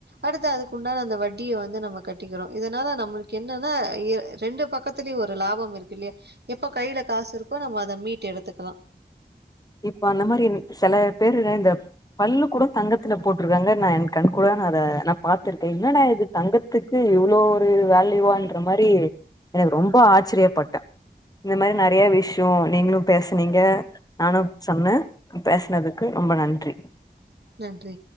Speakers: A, on the right; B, on the left.
A: அடுத்த அதுக்குண்டான அந்த வட்டிய வந்து நம்ம கட்டிக்கிறோ இதனால நம்ளுக் என்னதா எ ரெண்டு பக்கத் திலி ஒரு லாபம் இருக்கு இல்யா எப்ப கைல காசு இருக்கோ நம்ம அத மீட்டு எடுத்துக்லா
B: இப்ப அந்த மாரி செல பேருல இந்த பல்லு கூட தங்கத்துல போட்டிருக்காங்க நா என் கண் கூட நா அத நா பாத்துருக்கேன் என்னடா இது தங்கத்துக்கு இவ்ளோ ஒரு வேல்யூவான்ற மாரி எனக் ரொம்ப ஆச்சிரியப்பட்டே இந்த மாரி நறிய விஷ்யோ நீங்ளு பேச்னீங்க நானும் சொன்னே பேச்னதுக்கு ரொம்ப நன்றி
A: நன்றி